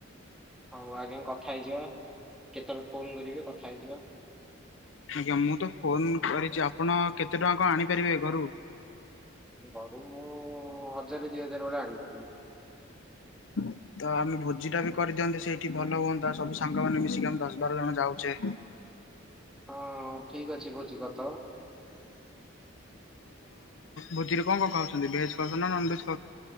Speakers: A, in the centre; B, on the left.
A: ହଉ ଆଜ୍ଞା କଥା ହେଇଯିବା କେତେବେଳେ ଫୋନ କରିବେ କଥା ହେଇଯିବା।
B: ଆଜ୍ଞା ମୁଁ ତ ଫୋନ କରିଛି ଆପଣ କେତେ ଟଙ୍କା ଆଣିପାରିବେ ଘରୁ?
A: ଘରୁକୁ ମୁଁ ହଜାରେ ଦି ହଜାର ଭଳିଆ ଆଣି
B: ହଁ ତ ଆମେ ଭୋଜି ଟା ବି କରିଦିଅନ୍ତେ ସେଇଠି ଭଲ ହୁଅନ୍ତା ସବୁ ସାଙ୍ଗମାନୋନେ ମିଶିକି ଆମେ ଦଶ ବାର ଜଣ ଯାଉଛେ।
A: ହଁ ଠିକ ଅଛି ଭୋଜି କରିଦେବ।
B: ହୋଜିରେ କଣ ଖାଉଛନ୍ତି ଭେଜ ଖାଉଛନ୍ତି ନା ନନ ଭେଜ୍